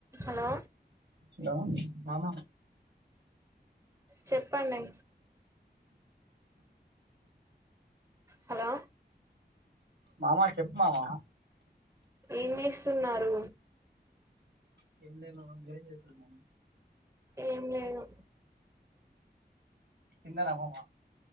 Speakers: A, on the right; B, on the right.
A: Hello
B: hello మామ
A: చెప్పండి hello
B: మామా చెప్పు మామా
A: ఏం చేస్తున్నారు
B: <unintelligible>
A: ఏం లేదు
B: తిన్నారా మామ